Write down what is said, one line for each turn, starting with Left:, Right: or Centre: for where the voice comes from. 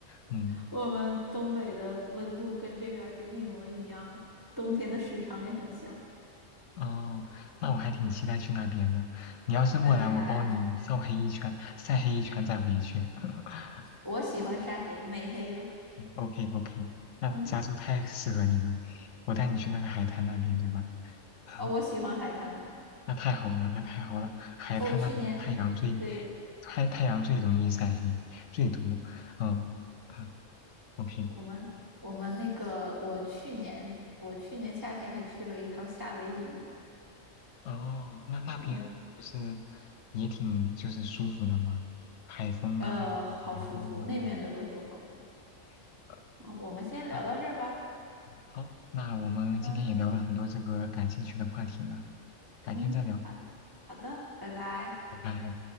Left: 嗯。
Right: 我们东北的温度跟这边儿是一模一样，冬天的时长也很像。
Left: 哦，那我还挺期待去那边的。你要是过来，
Right: 等你来哦，
Left: 我包你晒黑一圈，晒黑一圈再回去。<laughs>
Right: 我喜欢晒黑，美黑了，
Left: OK OK，那加州太适合你了，
Right: 嗯。
Left: 我带你去那个海滩那边，对吧？<laughs>
Right: 啊、我喜欢海滩。
Left: 那太好了，那太好了，海滩那边太阳最
Right: 哦我去年，对，
Left: 太太阳最容易晒黑，最毒。嗯嗯，OK。
Right: 我们我们那个，我去年我去年夏天还去了一趟夏威夷，
Left: 哦，那那边不是
Right: 嗯，
Left: 也挺就是舒服的吗？海风啊，
Right: 呃，好舒服，
Left: 阳光的温度。
Right: 那面的温度好舒服。
Left: <laughs>
Right: 啊。我们先聊到这儿吧。
Left: 哎好，那我们今天也聊了很多这个感兴趣的话题呢，
Right: 嗯
Left: 改天再聊，
Right: 嗯，好好的，拜拜。
Left: 拜拜。